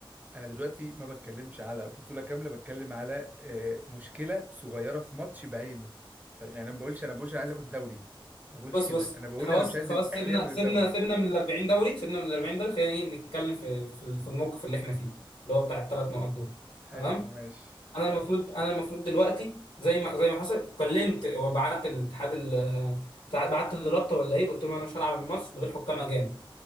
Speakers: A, on the right; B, on the left.
A: انا دلوقتي ما بتكلمش على بطوله كامله بتكلم على آه، مشكله صغيره في ماتش بعينه ف- يعني انا ما بقولش انا بقولش انا عايز اخد دوري انا ما بقولش
B: بص
A: كده
B: بص
A: انا بقول
B: خلاص
A: انا مش عايز
B: خلاص
A: الاهلي
B: سيبنا
A: ياخد
B: سيبنا
A: الدوري
B: سيبنا من ال 40 دوري سيبنا من ال 40 دوري خلينا ايه نتكلم في في في الموقف اللي احنا فيه اللي هو بتاع الثلاث نقط دول
A: حلو
B: تمام
A: ماشي
B: انا المفروض انا المفروض دلوقتي زي ما زي ما حصل كلمت وبعت الاتحاد ال- بعت للرابطه ولا ايه قلت لهم انا مش هلعب الماتش من غير حكام اجانب